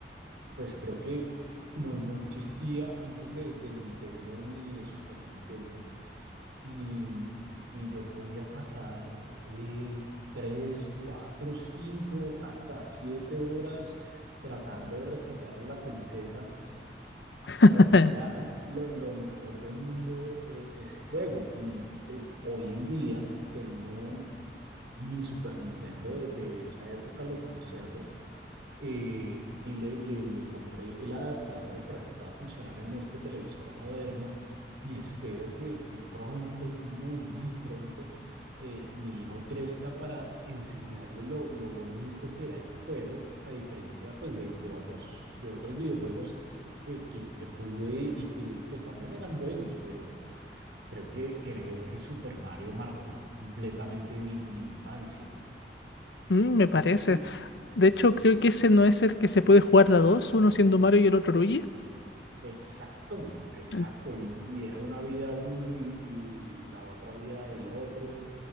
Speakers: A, on the right; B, on the left.
A: pues creo que no, no existía antes de, de Nintendo ni de Super Nintendo y, y yo podía pasar eh, tres, cuatro, cinco, hasta siete horas tratando de rescatar a la princesa.
B: <laughs>
A: Para mí era lo, lo mejor del mundo eh, ese juego. Y eh, hoy en día tengo mi Super Nintendo de, de esa época, lo conservo eh, y le, le- le compré el adaptador para que pueda funcionar en este televisor moderno y espero que, que pronto, muy, muy pronto, eh, mi hijo crezca para enseñarle lo, lo bonito que era ese juego, a diferencia pues de, de otros, de otros videojuegos que, que, que tuve y que pues también eran buenos, pero creo que, creo que Super Mario marcó completamente mi, mi infancia.
B: Mm, me parece.
A: ¿A ti qué,
B: De hecho, creo que ese no es el que se puede jugar de a dos, uno siendo Mario y el otro Luigi.
A: Exacto, exacto.
B: En,
A: Y, y era una vida uno y, y la otra vida el otro.